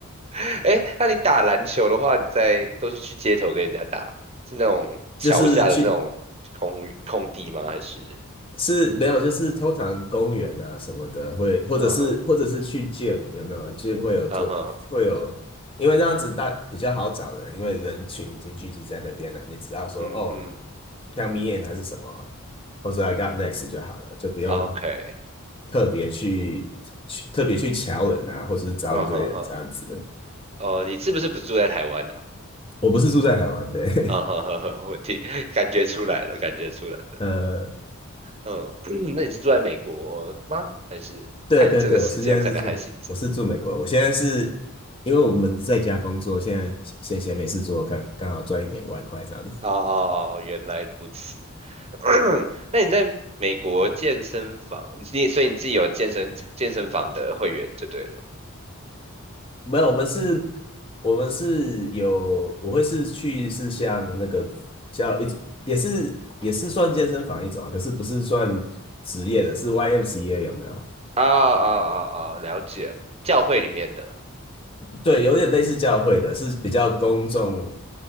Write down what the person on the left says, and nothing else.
就是去
是没有，就是通常公园啊什么的会，或者是或者是去
g 有没有 g y 会有做会有，
因为那样子大比较好找人，因为人群已经聚集在那边了，你只要说哦
，count me in 还是什么，或者 I got next 就好了，就不用
特别去去特别去瞧人啊，或是招一堆人这样子。
我不是住在台湾，对，
<laughs> 呃，
对对对，我是现在是住美，我是住美国。我现在是因为我们在家工作，现在闲闲没事做，看刚好赚一点外快这样子。
没有，我们是，我们是有，我会是去是像那个叫一也是也是算健身房一种啊，可是不是算职业的，是 YMCA 有没有？
对，有点类似教会的，是比较公众